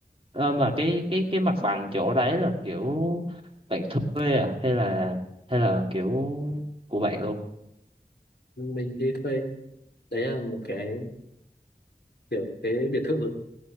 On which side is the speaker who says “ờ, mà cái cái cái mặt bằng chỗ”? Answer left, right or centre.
Right